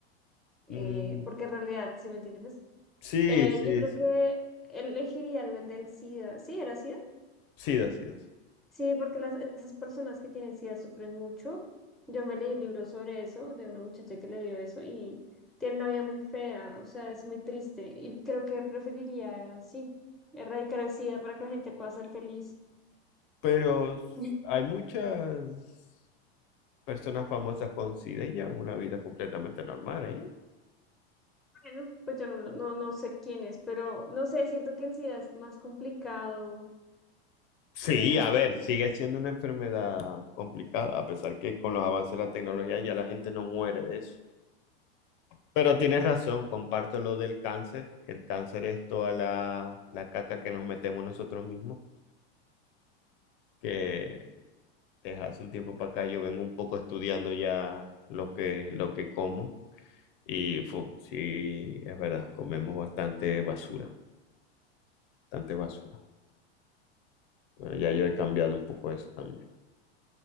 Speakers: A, in the centre; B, on the left.
A: eh,
B: Mm,
A: porque en realidad, si me entiendes?
B: sí,
A: Eh,
B: sí,
A: yo creo
B: sí.
A: que elegiría el, el del SIDA. Sí, era SIDA.
B: SIDA, SIDA, sí.
A: Sí, porque las, esas personas que tienen SIDA sufren mucho. Yo me leí un libro sobre eso, de una muchacha que le dio eso y tiene una vida muy fea, o sea, es muy triste. Y creo que preferiría, sí, erradicar el SIDA para que la gente pueda ser feliz.
B: Pero
A: <laughs>
B: hay muchas personas famosas con SIDA y llevan una vida completamente normal, ¿eh?
A: Bueno, pues yo no, lo- no, no sé quién es, pero no sé, siento que el SIDA es más complicado.
B: Sí,
A: Eh,
B: a ver, sigue siendo una enfermedad complicada, a pesar que con los avances de la tecnología ya la gente no muere de eso. Pero tienes razón, comparto lo del cáncer, que el cáncer es toda la, la caca que nos metemos nosotros mismos, que desde hace un tiempo para acá yo vengo un poco estudiando ya lo que, lo que como y fu, sí, es verdad, comemos bastante basura, bastante basura. Bueno, ya yo he cambiado un poco eso también.